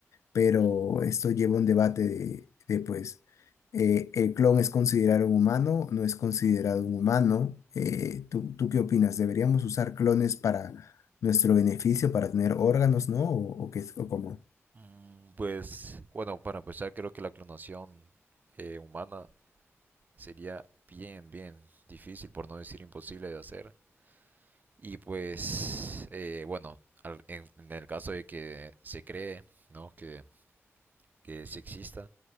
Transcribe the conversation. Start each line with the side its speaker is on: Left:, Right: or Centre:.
Left: pero
Right: ujú.
Left: esto lleva un debate de, de, pues, eh, ¿el clon es considerado un humano? ¿No es considerado un humano? Eh, ¿tú, tú qué opinas? ¿Deberíamos usar clones para nuestro beneficio, para tener órganos, ¿no? ¿O, o qué, o cómo?
Right: Mm, Pues bueno, para empezar creo que la clonación eh, humana sería bien, bien difícil, por no decir imposible de hacer. Y pues eh, bueno, al- en, en el caso de que se cree, ¿no? Que que sí exista.